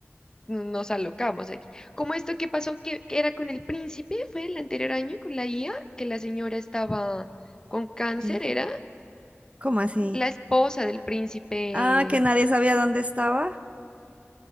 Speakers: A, on the left; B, on the right.
A: no, nos alocamos aquí. Como esto que pasó, que, que era con el príncipe, fue el anterior año con la IA, que la señora estaba con cáncer,
B: Príncipe.
A: era
B: ¿Cómo así?
A: la esposa del príncipe.
B: Ah, que nadie sabía dónde estaba.